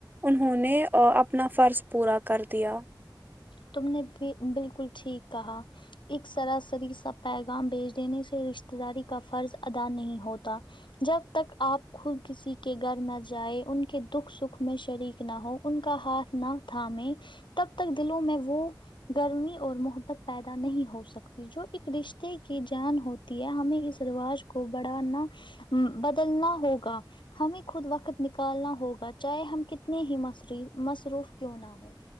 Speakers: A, on the right; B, on the left.
A: انہوں نے آ اپنا فرض پورا کر دیا
B: تم نے بھی بالکل ٹھیک کہا ایک سراسری سا پیغام بھیج دینے سے رشتے داری کا فرض ادا نہیں ہوتا جب تک آپ خود کسی کے گھر نہ جائیں ان کے دکھ سکھ میں شریک نہ ہو ان کا ہاتھ نہ تھامیں تب تک دلوں میں وہ گرمی اور محبت پیدا نہیں ہو سکتی جو ایک رشتے کی جان ہوتی ہے ہمیں اس رواج کو بڑھانا امم بدلنا ہوگا ہمیں خود وقت نکالنا ہوگا چاہے ہم کتنے بھی مصری مصروف کیوں نہ ہو